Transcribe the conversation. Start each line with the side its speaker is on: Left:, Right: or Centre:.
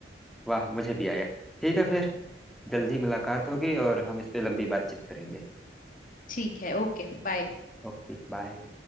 Centre: वाह मुझे भी आया ठीक है फिर जल्दी मुलाकात होगी और हम इस पे लंबी बातचीत करेंगे
Left: ठीक है ओके बाय
Centre: Okay bye